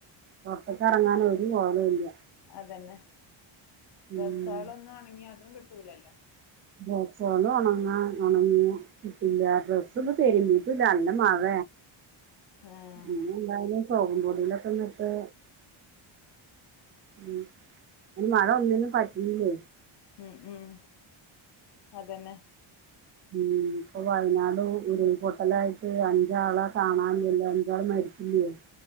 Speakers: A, on the right; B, on the left.
A: പുറത്തേക്കിറങ്ങാൻ ഒരു കോളു ഇല്ല
B: അതന്നെ ഡ്രസ്സ്
A: ഉം
B: ഒന്നും ഉണങ്കി അതും കിട്ടൂലല്ലോ-
A: ഡ്രസ്സുകൾ ഉണങ്ങാൻ ഉണങ്ങിയ കിട്ടില്ല ഡ്രസ്സൊ തെരുമ്പീട്ടില്ല നല്ല മഴ
B: ആഹ്
A: പിന്നെ എല്ലാവരും സോപ്പുംപൊടീലൊക്കെന്നിട്ട് ഉം അയ്ന് മഴ ഒന്നിനും പറ്റുന്നില്ലേ
B: ഉം ഉം അതന്നെ.
A: ഉം ഇപ്പൊ വയനാട് ഉരുൾപൊട്ടലായിട്ട് അ അഞ്ചാളെ കാണാനില്ല അഞ്ചാള് മരിച്ചില്ലയോ-